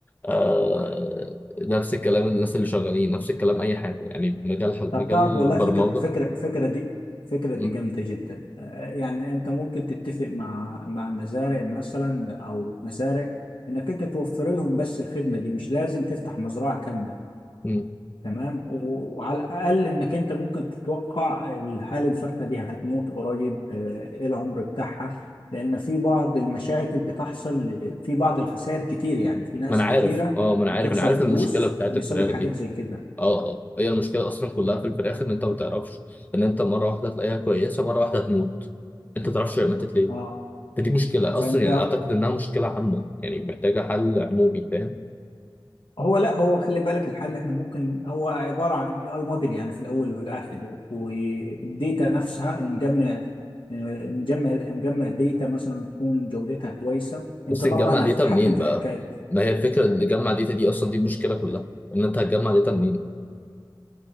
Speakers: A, on the left; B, on the left.
A: آه نفس الكلام الناس اللي شغالين نفس الكلام أي حاجة يعني مجال
B: طب
A: مجال
B: تعرف والله
A: البرمجة
B: فكرة فكرة فكرة دي فكرة
A: م-
B: دي جامدة جدا آه، يعني أنت ممكن تتفق مع مع المزارع مثلا أو مزارع إنك أنت توفر لهم بس الخدمة دي مش لازم تفتح مزرعة كاملة
A: م.
B: تمام و- وعلى الاقل انك انت ممكن تتوقع الحاله الفرخه دي هتموت قريب آه، ايه العمر بتاعها لان في بعض المشاكل بتحصل في بعض الخسائر كتير يعني في ناس
A: ما انا عارف
B: كتيره
A: اه ما انا عارف
B: بتخسر
A: انا عارف
B: فلوس
A: المشكله بتاعت
B: بسبب
A: الفراخ
B: حاجات
A: دي
B: زي كده
A: اه اه هي المشكله اصلا كلها في الفراخ ان انت ما تعرفش ان انت مره واحده تلاقيها كويسه مره واحده تموت انت ما تعرفش هي ماتت ليه
B: اه
A: فدي مشكله
B: فانت
A: اصلا يعني اعتقد انها مشكله عامه يعني محتاجه حل عمومي فاهم
B: هو لا هو خلي بالك الحل احنا ممكن هو عباره عن اي اي موديل يعني في الاول والاخر والديتا نفسها نجمع آه، نجمع نجمع ديتا مثلا تكون جودتها كويسه انت
A: بس
B: طبعا
A: نجمع داتا
B: هتتحكم
A: منين
B: في
A: ما,
B: الحكايه
A: ما هي الفكره اللي نجمع داتا دي اصلا دي المشكله كلها ان انت هتجمع داتا منين